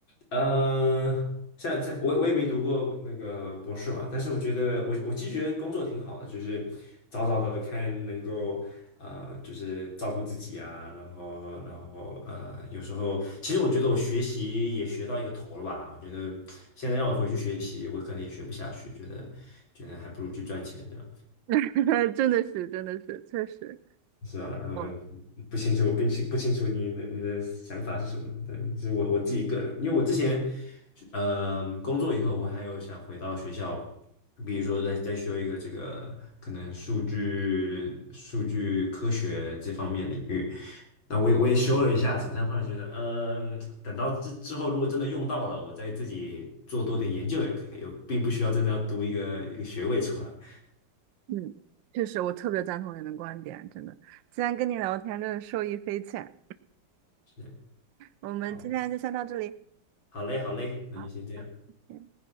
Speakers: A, on the left; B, on the right.
A: 呃，像像我我也没读过那个博士嘛，但是我觉得我我其实觉得工作挺好的，就是早早的看能够呃，就是照顾自己啊，然后然后呃，有时候其实我觉得我学习也学到一个头了吧，我觉得现在让我回去学习，我可能也学不下去，觉得觉得还不如去赚钱这样。
B: <laughs> 真的是，真的是，确实，
A: 是吧？然后我不清楚，
B: 嗯
A: 并不清不清楚你的你的想法是什么？对，是我我自己个人，因为我之前，嗯、工作以后，我还有想回到学校，比如说再再修一个这个可能数据数据科学这方面领域，那我也我也修了一下子，但后来觉得，嗯、等到之之后如果真的用到了，我再自己做多点研究也可以，我并不需要真的要读一个一个学位出来。
B: 嗯，确实，我特别赞同您的观点，真的。今天跟你聊天真的受益匪浅。
A: 是，
B: 我们今天就先到这里，
A: 好，好嘞，好嘞，那就先这样。
B: 好，好，谢谢